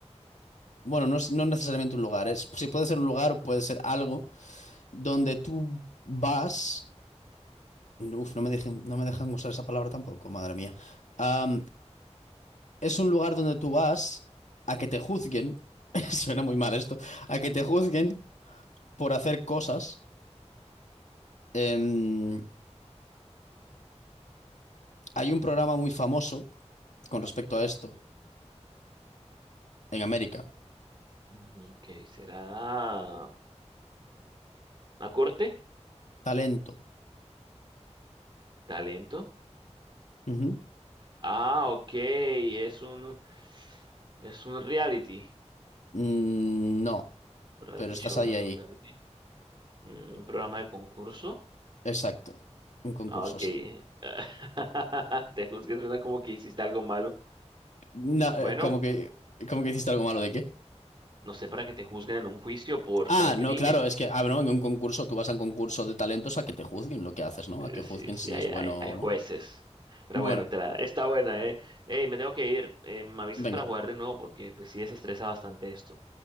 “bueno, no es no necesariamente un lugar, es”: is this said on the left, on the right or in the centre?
Left